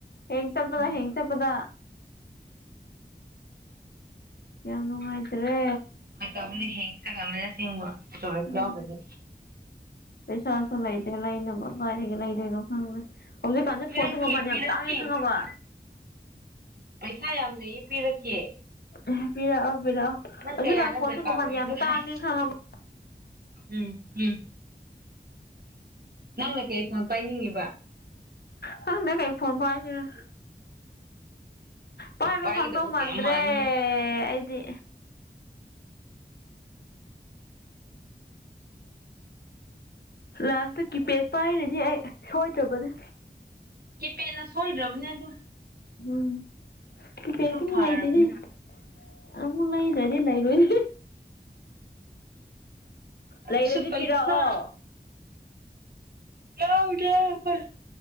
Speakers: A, on the left; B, on the right.
A: ꯍꯦꯡ ꯆꯠꯄꯗ
B: ꯎꯝ
A: ꯍꯦꯡ ꯆꯠꯄꯗ ꯌꯥꯝ ꯅꯨꯡꯉꯥꯏꯇ꯭ꯔꯦ
B: ꯕꯅꯦ ꯍꯦꯡ ꯆꯠ ꯆꯠꯀꯟꯕꯅꯦ ꯑꯁꯦꯡꯕ ꯏꯁꯇꯣꯔꯦꯁ
A: ꯎꯝ
B: ꯌꯥꯎꯗꯕꯒꯤ
A: ꯄꯩꯁꯥꯁꯨ ꯂꯩꯇꯦ ꯂꯩꯅꯕ ꯀꯗꯥꯢꯗꯒꯤ ꯂꯩꯗꯣꯏꯅꯣ ꯈꯪꯗ꯭ꯔꯦ ꯍꯧꯖꯤꯛꯀꯥꯟꯖꯦ
B: ꯄꯤꯔꯛꯀꯦ
A: ꯐꯣꯟꯖꯨ ꯃꯃꯜ
B: ꯄꯤꯔꯛꯀꯦ
A: ꯌꯥꯝ ꯇꯥꯡꯉꯦ ꯈꯪꯉꯕ
B: ꯄꯩꯁꯥ ꯌꯥꯝ ꯂꯩꯌꯦ ꯄꯤꯔꯛꯀꯦ
A: ꯑꯦ ꯄꯤꯔꯛꯑꯣ ꯄꯤꯔꯛꯑꯣ
B: ꯅꯪ
A: ꯍꯧꯖꯤꯛꯀꯥꯟ
B: ꯀꯌꯥꯅꯣ
A: ꯐꯣꯟꯁꯨ
B: ꯗꯔꯀꯥꯔ
A: ꯃꯃꯟ
B: ꯑꯣꯏꯔꯤꯗꯣ
A: ꯌꯥꯝ ꯇꯥꯡꯉꯦ
B: ꯍꯥꯏ
A: ꯈꯪꯉꯕꯣ
B: ꯎꯝ ꯎꯝ ꯅꯪꯅ ꯀꯩ ꯐꯣꯟ ꯄꯥꯏꯅꯤꯡꯉꯤꯕ
A: ꯈꯪꯗꯦ ꯀꯩ ꯐꯣꯟ ꯄꯥꯏꯗꯨꯏꯅꯣ ꯄꯥꯏꯕ
B: ꯄꯥꯏꯒꯗꯕ
A: ꯐꯪꯗꯧ ꯃꯥꯟꯗ꯭ꯔꯦ
B: ꯀꯌꯥꯝ ꯃꯥꯜꯂꯤꯍꯦ
A: ꯑꯩꯗꯤ ꯂꯥꯁꯇ ꯀꯤꯄꯦꯗ ꯄꯥꯏꯔꯅꯤ ꯑꯩ ꯁꯣꯏꯗ꯭ꯔꯕꯅꯦ
B: ꯀꯤꯄꯦꯠꯅ ꯁꯣꯏꯗ꯭ꯔꯕꯅꯦ ꯑꯗꯣ
A: ꯎꯝ <unintelligible>
B: ꯑꯗꯨꯝ ꯐꯔꯕꯅꯦ
A: ꯑꯃꯨꯛ ꯂꯩꯗꯔꯗꯤ ꯂꯩꯔꯣꯅꯦ
B: ꯑꯗꯨꯁꯨ
A: ꯂꯩꯔꯗꯤ
B: ꯄꯩꯁꯥ
A: ꯄꯤꯔꯛꯑꯣ
B: ꯌꯥꯎꯗꯦ ꯈꯣꯏ